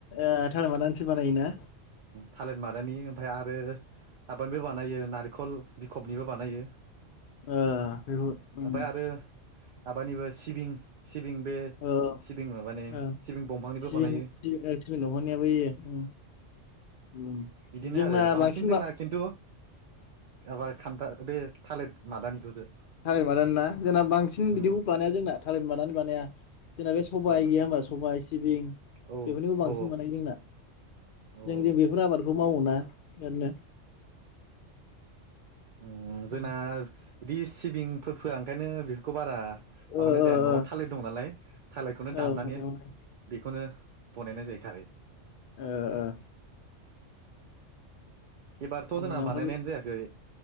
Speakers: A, on the left (about 60°); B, on the right (about 55°).
A: ए थारमादानिसो बानायो ना
B: थालिर मादानि ओमफ्राय आरो हाबानिबो बानायो नारेंखल बिखबनिबो बानायो
A: ओ बेखौ उम
B: ओमफ्राय आरो हाबानिबो सिबिं सिबिं बे
A: आ
B: सिबिं माबानि
A: औ
B: सिबिं दंफांनिबो
A: सिबिं
B: बानायो
A: सिबिं दंहानिया बैयो उम
B: बिदिनो
A: जोंना
B: आरो बांसिन जोंना
A: मा
B: खिन्थु माबा खान्था बे थालिर मादानिखौसो
A: थालिर मादानि ना जोंना बांसिन
B: उम
A: बिदिखौ बानाया जोंना थालिर मादानि बानाया जोंना बे सबाइ
B: ओ
A: गैया होमबा सबाइ बिं बेफोरनिबो
B: औ
A: बांसिन
B: औ
A: बानायो जोंना
B: औ
A: जों दि बेफोर आबादखौ मावो ना ओरैनो
B: उ जोंना
A: उम
B: बिदि सिबिंफोर फोआ ओंखायनो बेफोरखौ बारा
A: ओ
B: माबानाय जाया
A: ओ
B: न'नो
A: ओ
B: थालिर दं नालाय थालिरखौनो
A: ओ औ
B: दाननानै
A: थालिर बानायो
B: बेखौनो बनायनाय जाहै खारै
A: ओ ओ
B: एबारथ'
A: उम
B: जोंना
A: ओमफ्राय
B: बानायनायानो
A: बे
B: जायाखै